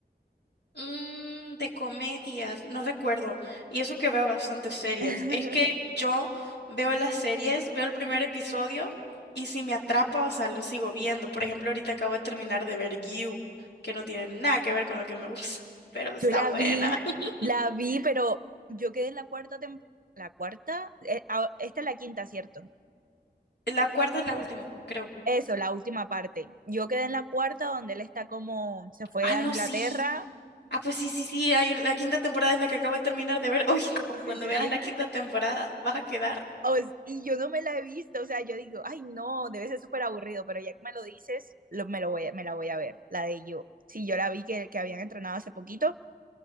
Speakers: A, on the left (about 80°); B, on the right (about 55°).
A: Mm, de comedias, no recuerdo. Y eso que veo bastantes series.
B: <laughs>
A: Es que yo veo las series, veo el primer episodio y si me atrapa, o sea, lo sigo viendo. Por ejemplo, ahorita acabo de terminar de ver You, que no tiene nada que ver con lo que me gusta, <laughs> pero está
B: Yo la
A: buena.
B: vi,
A: <laughs>
B: la vi, pero yo quedé en la cuarta temporada, la cuarta, eh, ah, esta es la quinta, ¿cierto?
A: La cuarta es la última, creo.
B: Eso, la última parte. Yo quedé en la cuarta donde él está como, se fue
A: Ah, no,
B: a Inglaterra.
A: sí. Ah, pues sí, sí, sí. Hay un- la quinta temporada es la que acabo de terminar de ver. <laughs> Uy, no,
B: Sí,
A: cuando
B: sí, sí,
A: veas
B: sí.
A: la quinta temporada, vas a quedar.
B: O s- y yo no me la he visto, o sea, yo digo, ay no, debe ser súper aburrido, pero ya que me lo dices, lo- me, lo voy, a- me la voy a ver, la de yo. Sí, yo la vi que, que habían entrenado hace poquito.